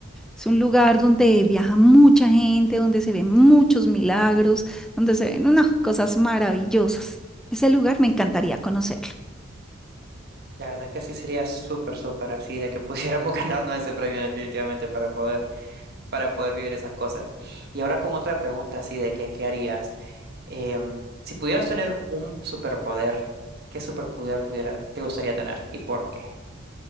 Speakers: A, in the centre; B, on the right.
A: Es un lugar donde viaja mucha gente, donde se ven muchos milagros, donde se ven unas cosas maravillosas. Ese lugar me encantaría conocerlo.
B: La verdad es que sí sería súper, súper así de que pudiéramos <laughs> ganarnos ese premio definitivamente para poder, para poder vivir esas cosas. Y ahora con otra pregunta así de que, ¿qué harías? Em, si pudieras tener un superpoder, ¿qué superpoder pudiera, te gustaría tener y por qué?